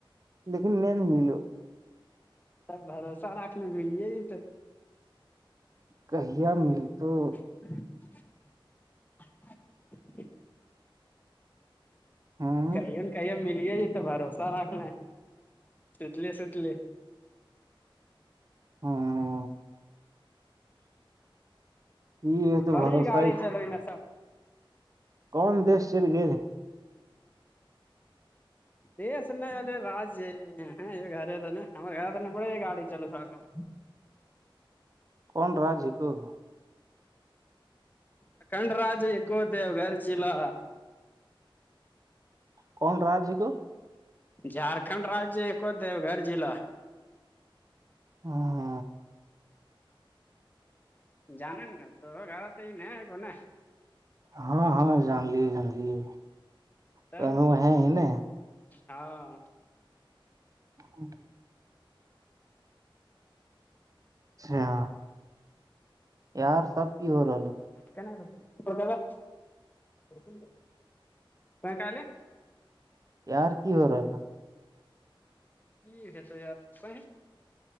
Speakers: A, on the right; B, on the left.
A: لیکن نہیں ملو
B: سب بھروسہ رکھنے ملے ج تو
A: کہیا مل تو
B: <unintelligible>
A: ہوں
B: کیے ن کہیے ملے جتے بھروسہ رکھنا ستلیے ست لی
A: ہاںاں یہ تو
B: بڑی
A: بھروسہ
B: گاڑی
A: ہی
B: چل رہی ن سب
A: کون دیش چل گ <unintelligible>
B: یہ س ن را ہے یہ گھر دنے ہم گھر دنے پڑ یہ گاڑی چلو سکم
A: کون راج ہے کوو
B: ا کنڈ رج کوو دیو گھر چیلا
A: کون راج ہے کو
B: جھارکھنڈ رجیہ ایک دیوگڑ جضع
A: ہاں
B: جین نا تو گاڑاات ہی ن کون
A: ہاں ہاں جان لیے جان لیے
B: ا
A: تو ہے ہی نا
B: ہاں
A: <unintelligible> اچھا ار سب کی ہو رہ ہو
B: <unintelligible>
A: یار کی ہو رہا ہے
B: ٹھیک ہے تو یار کوئی